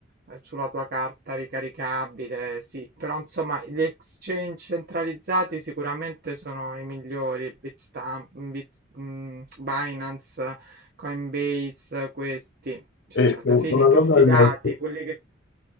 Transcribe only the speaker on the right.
eh, sulla tua carta ricaricabile, sì, però insomma gli exchange centralizzati sicuramente sono i migliori, Bitstamp, mm, Bit, mm, Binance, Coinbase, questi, cioè
alla
fine i più
fidati,
quelli che...